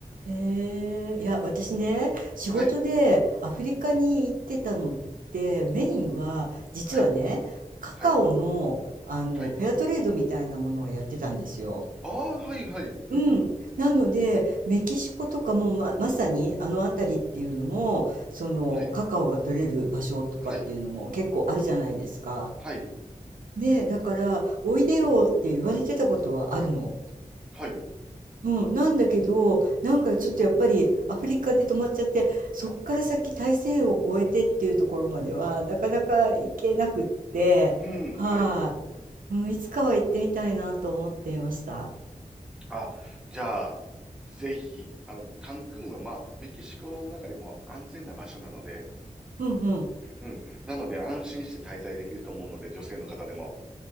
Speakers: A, on the right; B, in the centre.
A: い。へえ。
B: え、
A: いや、私ね、仕事でアフリカに行ってたのって、
B: はい、
A: メインは、実はね、
B: はい、
A: カカオの、
B: はい、
A: あの、
B: はい。
A: フェアトレードみたいなものをやってたんですよ。
B: ああ、はい、はい、うん。
A: うん。なので、メキシコとかもま、まさにあの辺りっていうのも、その、
B: はい、
A: カカオが取れる場所とかっていうのも結構あるじゃないですか。
B: はい、はい、
A: ねえ、
B: うん。
A: だから、おいでよって言われてたことはあるの。
B: はい、
A: うん、なんだけど、なんかちょっとやっぱりアフリカで止まっちゃって、そっから先大西洋を越えてっていうところまではなかなか行けなくって、
B: うん、
A: は
B: はい。
A: い、うん、いつかは行ってみたいなと思っていました。
B: あ、じゃあ、ぜひ、あの、カンクンはまあ、メキシコの中でも安全な場所なので、
A: うんうん。
B: うん。なので安心して滞在できると思うので、女性の方でも。